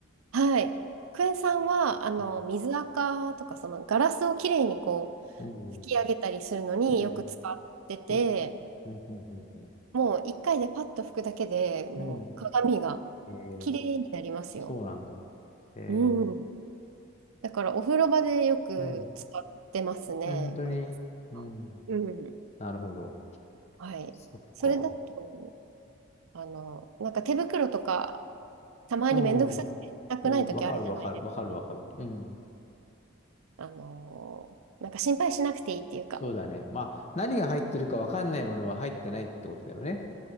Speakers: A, on the right (about 80°); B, on the left (about 30°).
A: はい。クエン酸は、あの、
B: うん、
A: 水垢とか、そのガラスをきれいにこ
B: うん、
A: う、拭き上げたりするのによく使ってて、
B: うん。おうんうんうんうん
A: もう一回でパッと拭くだけでもう鏡が
B: うん。えー、
A: きれいになりますよ。
B: そうなんだ。えー、
A: うん。だからお風呂場でよく使ってますね、
B: うん。本当に。
A: クエン酸は。
B: うん。
A: うん。
B: なるほど。
A: はい。
B: そっか。
A: それだと、あの、なんか手袋とか、たまにめんどくさくてしたくない時あるじゃないですか。
B: うん、うん。うん、わかるわかる。わかるわかる。うん。
A: あの、なんか心配しなくていいっていうか。
B: そうだね。まあ、何が入ってるかわかんないものは入ってないってことだよね。